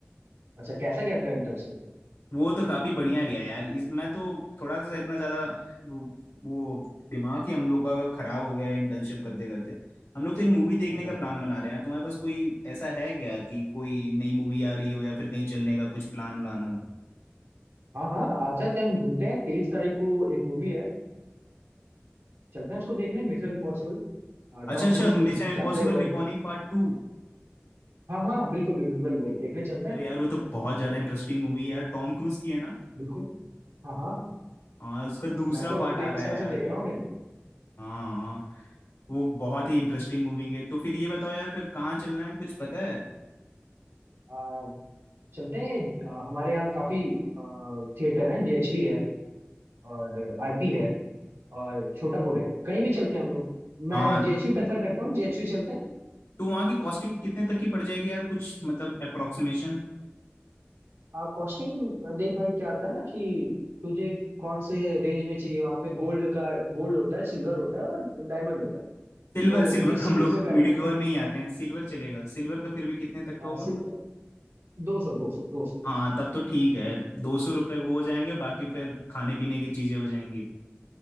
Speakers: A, on the right; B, on the left.
A: अच्छा कैसा गया ट्रेंड तब से
B: वो तो काफी बढ़िया गया यार इस, मैं तो थोड़ा सा इतना ज्यादा वो वो दिमाग ही हम लोग का खराब हो गया है इंटर्नशिप करते करते हम लोग तो एक मूवी देखने
A: अच्छा
B: का प्लान बना रहे हैं तुम्हारे पास कोई ऐसा है क्या कि कोई नई मूवी आ रही हो या फिर कहीं चलने का कुछ प्लान व्लान हो
A: हाँ हाँ आ जाते हैं हम घूमते हैं तेईस तारीख को एक मूवी है आ, चलते हैं उसको देखने मिशन इम्पॉसिबल
B: अच्छा
A: टॉम
B: अच्छा
A: क्रूज
B: मिशन
A: तो
B: इम्पॉसिबल
A: जानता ही होगा
B: रिकॉर्डिंग पार्ट टू
A: हाँ हाँ बिल्कुल बिल्कुल वही वही देखने चलते हैं
B: अरे यार वो तो बहुत ज्यादा इंटरेस्टिंग मूवी है यार टॉम क्रूज की है ना
A: बिल्कुल हाँ हाँ
B: हाँ उसका दूसरा
A: मैं तो
B: पार्ट
A: तेरह
B: आ रहा है
A: साल
B: यार
A: से देख रहा हूँ उन्हें
B: हाँ हाँ वो बहुत ही इंटरेस्टिंग मूवी है तो फिर ये बताओ यार फिर कहाँ चलना है कुछ पता है
A: आ, चलते हैं आ, हमारे यहाँ काफी थिएटर हैं जीएचवी है और आईपी है और छोटापुर है कहीं भी चलते हैं हम लोग मैं
B: हाँ
A: जेएचवी प्रेफर करता हूँ जेएचवी चलते हैं
B: तो वहाँ की कॉस्टिंग कितने तक की पड़ जाएगी यार कुछ मतलब अप्रोक्सीमेशन
A: कॉस्टिंग देख भाई क्या आता है ना कि तुझे कौन से रेंज में चाहिए वहां पे गोल्ड का गोल्ड होता है सिल्वर होता है और डायमंड होता है
B: सिल्वर
A: तो
B: सिल्वर
A: किस
B: हम
A: सीटिंग
B: लोग
A: पे बैठना
B: मिडिक्योर में ही आते हैं सिल्वर चलेगा सिल्वर का फिर भी कितने तक का
A: है
B: होगा
A: सिल्वर दो सौ दो सौ दो सौ
B: हाँ तब तो ठीक है दो सौ रुपये वो हो जाएंगे बाकी फिर खाने पीने की चीजें हो जाएंगी